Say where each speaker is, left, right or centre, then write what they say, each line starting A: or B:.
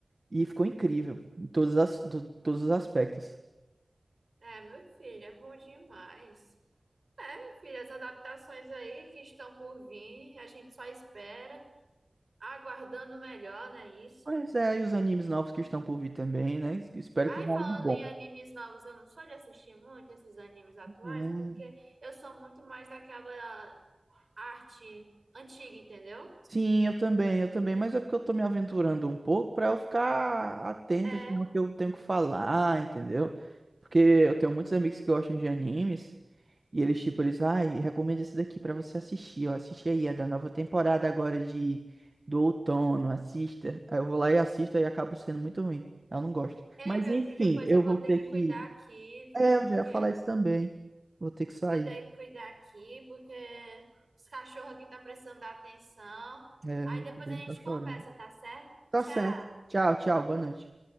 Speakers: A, on the right; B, on the right.
A: E ficou incrível em todos, as, to- todos os aspectos.
B: É, meu filho, é bom demais. É, meu filho, as adaptações aí que estão por vir, a gente só espera, aguardando o melhor, não é isso?
A: Mas é, e os animes novos que estão por vir também, né? Espero
B: Ai,
A: que venha
B: falando
A: algo
B: em animes novos, eu não sou de assistir muito esses animes atuais,
A: bom.
B: porque eu sou muito mais daquela arte antiga, entendeu?
A: Sim, eu também, eu também, mas é porque eu tô me aventurando um pouco pra eu ficar atento
B: É.
A: assim, ao que eu tenho que falar, entendeu? Porque eu tenho muitos amigos que gostam de animes e eles tipo, eles, ai, recomendo esse daqui pra você assistir, ó, assiste aí, é da nova temporada agora de do outono, assista. Aí eu vou lá e assisto e acabo sendo muito ruim. Eu não gosto.
B: É,
A: Mas enfim,
B: meu filho, pois
A: eu
B: eu vou
A: vou ter
B: ter que
A: que,
B: cuidar aqui, viu?
A: é, eu
B: Porque
A: já ia falar isso também. Vou ter que sair.
B: vou ter que cuidar aqui, porque os cachorros aqui tá precisando da atenção.
A: É,
B: Aí
A: meu
B: depois
A: sobrinho
B: a gente
A: tá chorando.
B: conversa, tá certo?
A: Tá
B: Tchau.
A: certo. Tchau, tchau, boa noite.